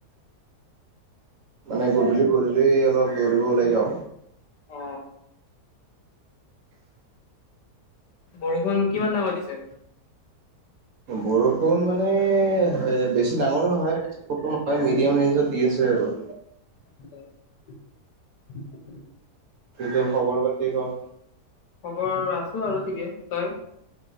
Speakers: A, on the right; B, on the left.
A: মানে গধূলি গধূলি অলপ দৌৰিব ওলাই যাওঁ।
B: অ বৰষুণ কিমান ডাঙৰ দিছে?
A: বৰষুণ মানে বেছি ডাঙৰো নহয় নহয়- দিয়া মান দি আছ আৰু।
B: <unintelligible>
A: তোৰ খবৰ বাতি ক?
B: খবৰ আছো আৰু ঠিকে, তই?